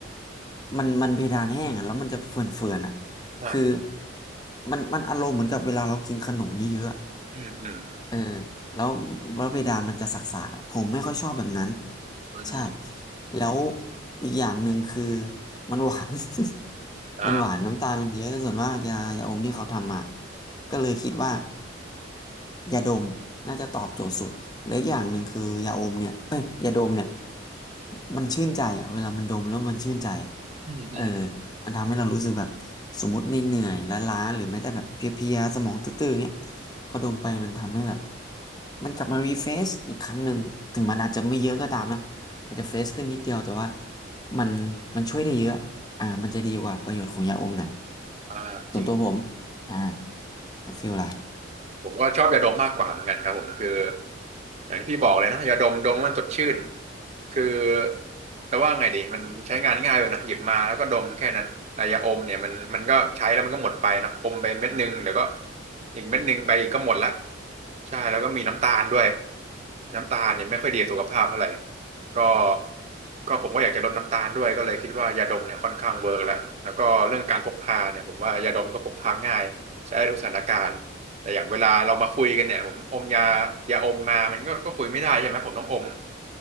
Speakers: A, on the left (about 20°); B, on the right (about 35°).
A: มันมันเพดานแห้งอ่ะแล้วมันจะเฟื่อนๆอ่ะ
B: อ่า
A: คือมันมันอารมณ์เหมือนกับเวลาเรากินขนมเยอะๆอะ
B: อืมอืม
A: เออแล้วแล้วเพดานมันจะสักๆอะผมไม่ค่อยชอบแบบนั้น
B: อืม
A: ใช่แล้วอีกอย่างหนึ่งคือ <laughs> มันหวาน <laughs>
B: อ่า
A: มันหวานน้ำตาลมันเยอะส่วนมากยายาอมที่เขาทำอ่ะก็เลยคิดว่ายาดมน่าจะตอบโจทย์สุดและอีกอย่างหนึ่งคือยาอมเนี่ยเอ้ยยาดมเนี่ยมันชื่นใจอ่ะเวลามันดมแล้วมันชื่นใจอะ
B: อืมอืม
A: เออ อันทำให้เรารู้สึกแบบสมมติในเหนื่อยๆล้าๆหรือแม้แต่แบบเพลียๆสมองตื้อๆเงี้ยพอดมไปมันทำให้แบบ
B: อืม
A: มันกลับมารีเฟรชอีกครั้งหนึ่งถึงมันอาจจะไม่เยอะก็ตามนะอาจจะเฟรชขึ้นนิดเดียวแต่ว่ามันมันช่วยได้เยอะอ่ามันจะดีกว่าประโยชน์ของยาอมหน่อย
B: อ่าจริง
A: ส่วนตัวผมอ่าแล้วฟิลล่ะ
B: ผมก็ชอบยาดมมากกว่าเหมือนกันครับผมคืออย่างที่บอกเลยนะยาดมดมแล้วมันสดชื่นคือจะว่าไงดีมันใช้งานง่ายเลยนะหยิบมาแล้วก็ดมแค่นั้นแต่ยาอมเนี่ยมันมันก็ใช้แล้วมันก็หมดไปเนอะอมไปเม็ดหนึงเดี๋ยวก็อีกเม็ดหนึงไปอีกก็หมดละใช่แล้วก็มีน้ำตาลด้วยน้ำตาลเนี่ยไม่ค่อยดีต่อสุขภาพเท่าไหร่ก็ก็ผมก็อยากจะลดน้ำตาลด้วยก็เลยคิดว่ายาดมเนี่ยค่อนข้างเวิร์กแล้วแล้วก็เรื่องการพกพาเนี่ยผมว่ายาดมก็พกพาง่ายใช้ได้ทุกสถานการณ์ แต่อย่างเวลาเรามาคุยกันเนี่ยผมอมยายาอมมามันก็ก็คุยไม่ได้ใช่ไหมผมต้องอม